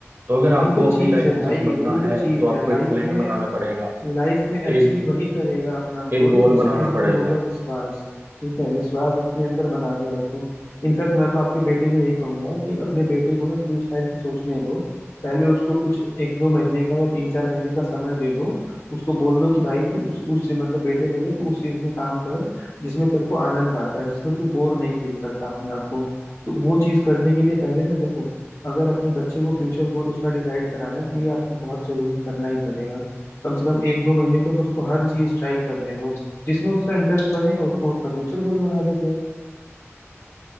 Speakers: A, on the right; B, on the left.
A: तो अगर
B: वही
A: आपको
B: तो चीज
A: अपनी लाइफ
B: है
A: में
B: भाई
A: कुछ बनना
B: वही तो
A: है
B: चीज
A: तो आपको
B: है लाइफ
A: एक प्लान
B: में
A: बनाना पड़ेगा
B: लाइफ में अचीव
A: एक
B: वही करेगा अपना गोल
A: एक गोल
B: जिसके
A: बनाना
B: अंदर
A: पड़ेगा
B: होगा विश्वास ठीक है विश्वास अपने अंदर बना के रखो इनफैक्ट मैं तो आपके बेटे को यही कहूंगा कि अपने बेटे को ना फ्री स्टाइल से सोचने दो पहले उसको कुछ एक दो महीने का या तीन चार महीने का समय दे दो उसको बोल दो कि भाई तू उस उससे मतलब बेटे मेरे तू उस चीज में काम कर जिसमें तेरे को आनंद आता है जिसमें तू बोर नहीं फील करता अपने आप को तो वो चीज करने के लिए पहले ना देखो अगर अपने बच्चे को फ्यूचर गोल उसका डिसाइड कराना है तो ये आपको बहुत जरूरी करना ही पड़ेगा कम से कम एक दो महीने तक उसको हर चीज ट्राई करने दो जिसमें उसका इंटरेस्ट बने और उसको उसका फ्यूचर गोल बना दो फिर